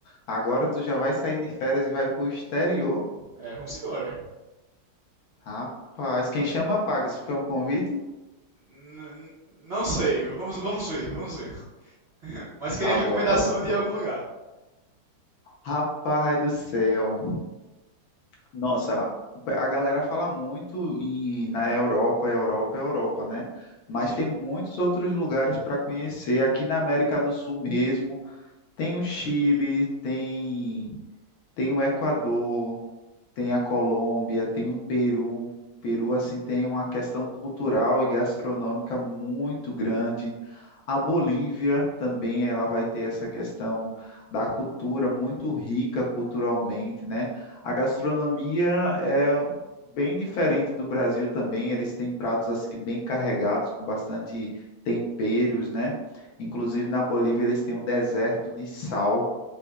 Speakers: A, on the left; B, on the right.
A: Agora tu já vai sair de férias e vai pro exterior.
B: É, vamos embora.
A: Rapaz, quem chama paga. Isso foi um convite?
B: N- n- não sei, vamos vamos ver, vamos ver. <laughs> Mas queria
A: Tá
B: recomendação
A: bom, tá bom,
B: de
A: tá
B: algum
A: bom.
B: lugar.
A: Rapaz do céu. Nossa, a, a galera fala muito em, na Europa, Europa, Europa, né? Mas
B: Sim.
A: tem muitos outros lugares para conhecer aqui na América do Sul mesmo. Tem o Chile, tem, tem o Equador, tem a Colômbia, tem o Peru. Peru, assim, tem uma questão cultural e gastronômica muito grande. A Bolívia também, ela vai ter essa questão da cultura muito rica culturalmente, né? A gastronomia é bem diferente do Brasil também. Eles têm pratos, assim, bem carregados, com bastante temperos, né? Inclusive, na Bolívia, eles têm um deserto de sal